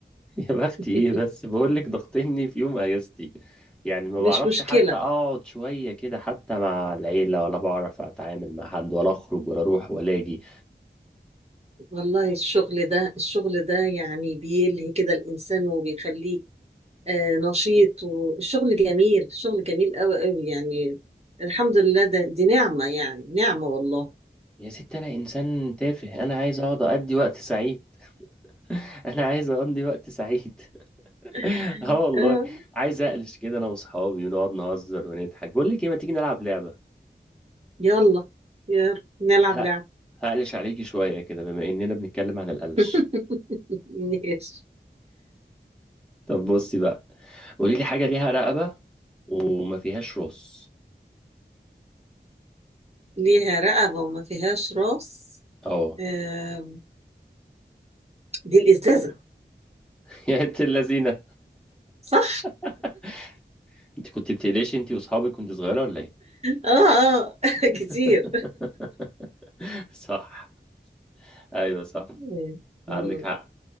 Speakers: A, in the centre; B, on the right (about 35°).
A: <laughs> يا بختي
B: <laughs>
A: إيه بس بقولك ضغطني في يوم أجازتي يعني ما
B: مش
A: بعرفش
B: مشكلة
A: حتى أقعد شوية كده حتى مع العيلة ولا بعرف أتعامل مع حد ولا أخرج ولا أروح ولا أجي
B: والله الشغل ده الشغل ده يعني بيلهي كده الانسان وبيخليه آه نشيط والشغل جميل الشغل جميل قوي قوي يعني الحمد لله ده دي نعمة يعني نعمة والله
A: يا ست أنا إنسان تافه أنا عايز أقعد أقضي وقت سعيد <laughs> أنا عايز أقضي وقت سعيد <laughs>
B: <laughs>
A: اه والله
B: آه.
A: عايز اقلش كده انا واصحابي ونقعد نهزر ونضحك بقول لك ايه ما تيجي نلعب لعبه
B: يلا يلا نلعب
A: ه-
B: لعب
A: هقلش عليكي شويه كده بما اننا بنتكلم عن القلش
B: <laughs> ماشي
A: طب بصي بقى قولي لي حاجه ليها رقبه وما فيهاش راس
B: ليها رقبة وما فيهاش راس
A: اه
B: آم، دي الإزازة
A: <laughs> يا انت اللذينه
B: صح؟
A: <laughs> انت كنت بتقلشي انت واصحابك كنت صغيره ولا ايه
B: اه اه <laughs>
A: <laughs>
B: كتير
A: صح ايوه صح
B: مم. مم.
A: عندك حق